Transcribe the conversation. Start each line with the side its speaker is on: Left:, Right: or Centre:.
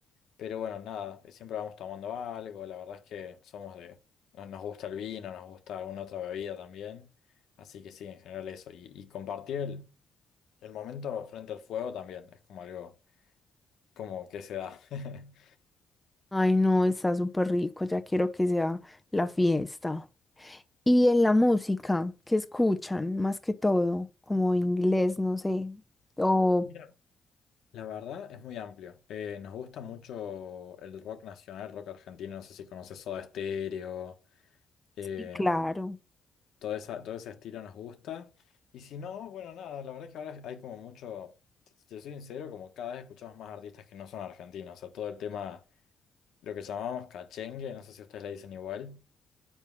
Left: pero bueno, nada, eh, siempre vamos tomando algo, la verdad es que somos de, no- nos gusta el vino, nos gusta alguna otra bebida también, así que sí, en general eso, y, y compartir el, el momento frente al fuego también, es como algo, como que se da. <laughs>
Centre: Ay no, está súper rico, ya quiero que sea la fiesta. Y en la música que escuchan más que todo, como inglés, no sé. O
Left: Mira, La verdad es muy amplio. Eh, nos gusta mucho el rock nacional, el rock argentino. No sé si conoces Soda Stereo. em,
Centre: sí, claro.
Left: todo esa- todo ese estilo nos gusta. Y si no, bueno, nada, la verdad es que ahora hay como mucho. Si te soy sincero, como cada vez escuchamos más artistas que no son argentinos. O sea, todo el tema, lo que llamamos cachengue, no sé si ustedes le dicen igual.